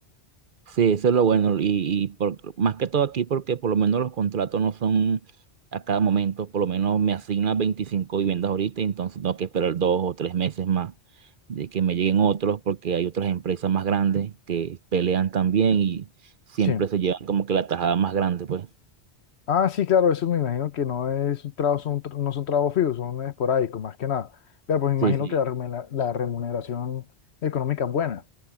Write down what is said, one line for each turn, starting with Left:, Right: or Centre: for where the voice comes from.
Right: Sí, eso es lo bueno. Y, y por- más que todo aquí, porque por lo menos los contratos no son a cada momento. Por lo menos me asignan 25 viviendas ahorita, y entonces tengo que esperar dos o tres meses más de que me lleguen otros, porque hay otras empresas más grandes que pelean también y siempre
Left: Sí.
Right: se llevan como que la tajada más grande, pues.
Left: Ah, sí, claro, eso me imagino que no es un trabajo, son, tra- no son trabajos fijos, son esporádicos, más que nada. Claro, pues me
Right: Sí,
Left: imagino
Right: sí.
Left: que la, remena- la remuneración económica es buena.